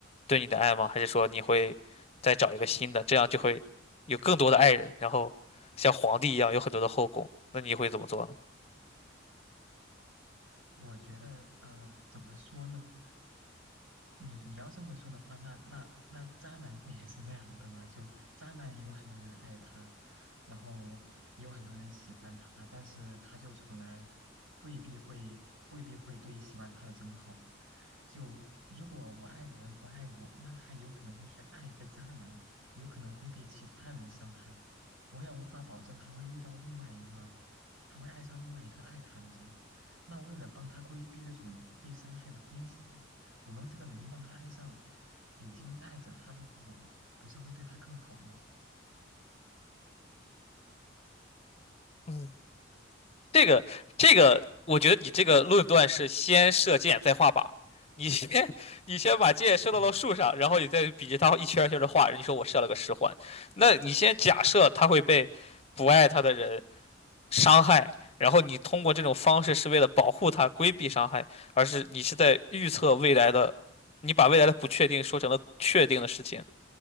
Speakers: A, on the left; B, on the right.
A: 对你的爱吗？还是说你会再找一个新的，这样就会有更多的爱人，然后像皇帝一样有很多的后宫？那你会怎么做呢？
B: 我觉得，嗯、怎么说呢？你你要这么说的话，那那那渣男不也是那样的吗？就渣男有很多人爱他，然后也有很多人喜欢他，但是他就从来未必会未必会对喜欢他的人好。就如果我爱的人不爱我，那他有可能会去爱一个渣男，有可能会被其他人伤害。我也无法保证他会遇到另外一个，他会爱上另外一个爱他的人。那为了帮他规避这种被伤害的风险，我用这个能力让他爱上已经爱着他的我，不是会对他更好吗？
A: 嗯。这个这个，我觉得你这个论断是先射箭再画靶。你先 <laughs> 你先把箭射到了树上，
B: 是吗？
A: 然后你再比着它一圈儿一圈的画。你说我射了个十环，那你先假设他会被不爱他的人伤害，然后你通过这种方式是为了保护他、规避伤害，而是你是在预测未来的，你把未来的不确定说成了确定的事情，